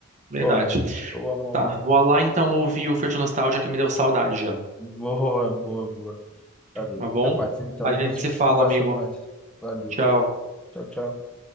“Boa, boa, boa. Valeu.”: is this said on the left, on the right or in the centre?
Centre